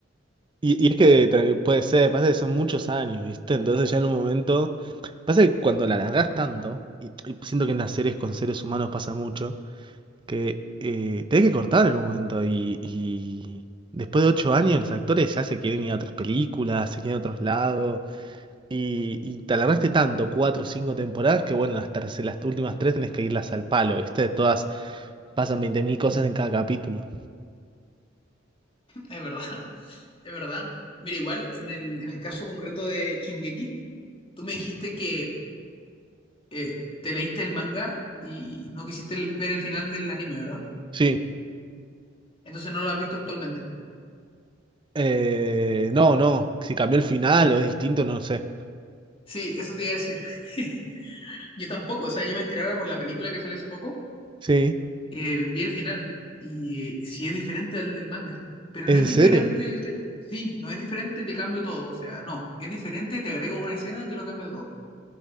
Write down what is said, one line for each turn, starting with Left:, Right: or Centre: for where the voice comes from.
Right: Y, y es que tra- puede ser, pasa que son muchos años, ¿viste? Entonces ya en un momento... Pasa que cuando la alargás tanto, y, y siento que en las series con seres humanos pasa mucho, que eh, tenés que cortar en un momento y, y después de ocho años los actores ya se quieren ir a otras películas, se quieren a otros lados y, y te alargaste tanto, cuatro o cinco temporadas, que bueno, las, terce- las últimas tres tenés que irlas al palo, ¿viste? Todas pasan 20.000 cosas en cada capítulo.
Left: es verdad, <laughs> es verdad. Mira, igual en el, en el caso concreto de Shingeki, tú me dijiste que eh, te leíste el manga y no quisiste el- ver el final del anime, ¿verdad?
Right: Sí.
Left: Entonces no lo has visto actualmente.
Right: Eh, no, no, si cambió el final o es distinto, no sé.
Left: Sí, eso te iba a decir. <laughs> Yo tampoco, o sea, yo me enteré ahora por la película que salió hace poco,
Right: Sí,
Left: eh, vi el final y sí es diferente al del manga, pero
Right: ¿en
Left: no es diferente,
Right: serio?
Left: sí, no es diferente, te cambio todo, o sea, no, es diferente, te agrego una escena que lo cambia todo.